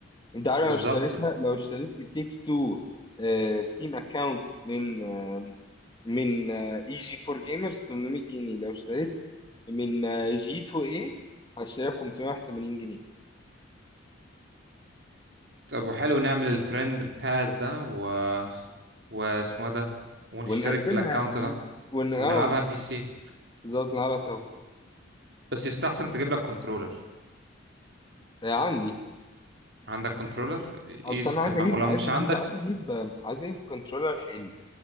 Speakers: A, on the left; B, on the right.
A: انت عارف
B: بالظبط
A: لو اشتريتها لو اشتريت It Takes Two ستيم اكونت من آه، من اي جي 4 جيمرز 800 جنيه لو اشتريتها من جي 2 اي هشتريها ب 581 جنيه
B: طب وحلو نعمل الفريند باس ده و واسمه إيه ده ونشترك
A: ونقسمها
B: في الأكونت ده
A: ون ون-
B: ونلعبها
A: اه نس-
B: بي سي
A: بالظبط نلعبها سوا
B: بس يستحسن تجيب لك كنترولر
A: آه، عندي
B: عندك كنترولر
A: آه،
B: ايزي
A: بس انا عايز
B: تمام
A: اجيب
B: ولو
A: عايز
B: مش
A: اجيب
B: عندك
A: عايز اجيب آه، عايز اجيب كنترولر حلو